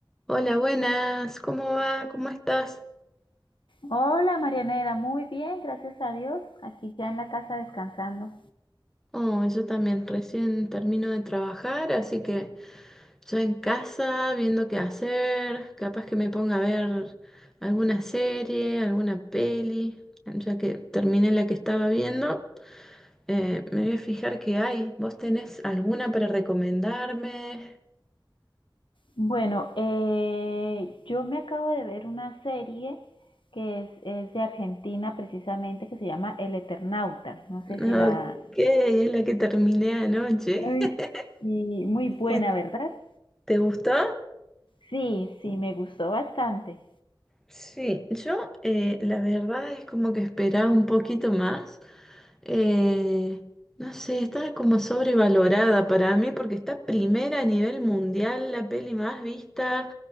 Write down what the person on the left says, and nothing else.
Hola Marianela, muy bien, gracias a Dios. Aquí ya en la casa descansando.
Bueno, eh, yo me acabo de ver una serie que es, es de Argentina precisamente, que se llama El Eternauta. No
sé si la...
Ay,
Y muy buena,
¿verdad?
Sí, sí, me gustó bastante.